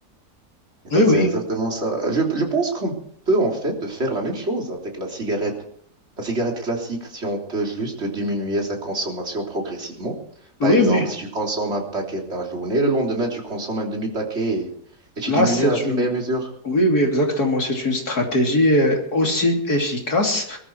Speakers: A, on the right; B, on the left.
A: Exact-
B: Oui, oui.
A: C'est exactement ça. Euh, Je, je pense qu'on peut en fait faire la même chose avec la cigarette. La cigarette classique, si on peut juste diminuer sa consommation progressivement. Par
B: Oui,
A: exemple,
B: mais
A: si tu consommes un paquet par journée, le lendemain, tu consommes un demi-paquet et, et tu
B: là,
A: diminues
B: c'est
A: à fur
B: une...
A: et à mesure.
B: Oui, oui, exactement. C'est une stratégie euh, aussi efficace.